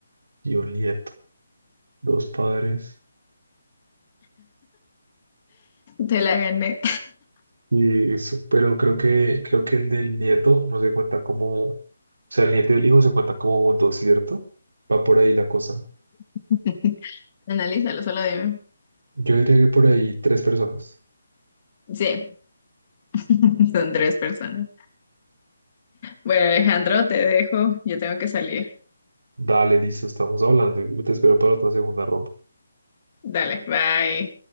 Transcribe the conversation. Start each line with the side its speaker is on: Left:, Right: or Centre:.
Right: y un nieto. dos padres.
Left: Te la gané.
Right: Y eso, pero creo que, creo que el del nieto no se cuenta como, o sea, el nieto y el hijo se cuentan como juntos, ¿cierto? Va por ahí la cosa.
Left: <laughs> Analízalo, solo dime.
Right: Yo diría que por ahí tres personas.
Left: Sí, <laughs> son tres personas. Bueno, Alejandro, te dejo. Yo tengo que salir.
Right: Dale, listo, estamos hablando. Yo Te espero para otra segunda ronda.
Left: Dale, bye.